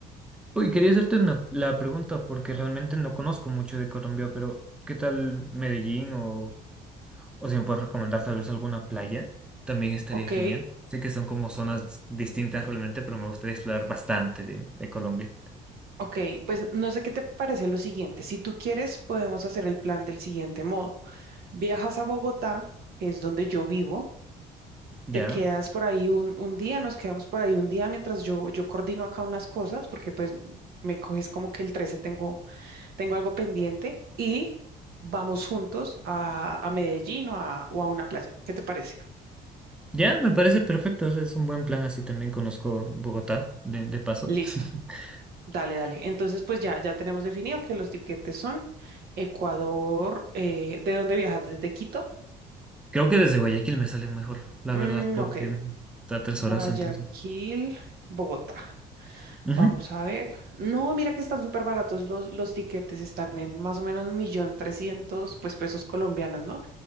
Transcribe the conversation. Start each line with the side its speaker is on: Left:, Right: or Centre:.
Centre: Uy, quería hacerte una, la pregunta porque realmente no conozco mucho de Colombia, pero ¿qué tal Medellín o O si me puedes recomendar tal vez alguna playa, también estaría
Right: Ok,
Centre: genial. Sé que son como zonas distintas realmente, pero me gustaría explorar bastante de, de Colombia.
Right: ok, pues no sé qué te parece lo siguiente. Si tú quieres, podemos hacer el plan del siguiente modo. Viajas a Bogotá, que es donde yo vivo.
Centre: Ya,
Right: te quedas por ahí un, un día, nos quedamos por ahí un día mientras yo, yo coordino acá unas cosas, porque pues me coges como que el 13 tengo, tengo algo pendiente y vamos juntos a, a Medellín o a, o a una playa. ¿Qué te parece?
Centre: ya, me parece perfecto. ese Es un buen plan. Así también conozco Bogotá de, de paso.
Right: Listo.
Centre: <laughs>
Right: Dale, dale. Entonces, pues ya, ya tenemos definido que los tiquetes son Ecuador, eh, ¿de dónde viajas? ¿Desde Quito?
Centre: Creo que desde Guayaquil me sale mejor, la
Right: Mm,
Centre: verdad, porque
Right: ok,
Centre: está tres
Right: Guayaquil,
Centre: horas entonces.
Right: Bogotá.
Centre: Ujú.
Right: Vamos a ver. No, mira que están súper baratos los, los tiquetes, están en más o menos un millón trescientos, pues pesos colombianos, ¿no?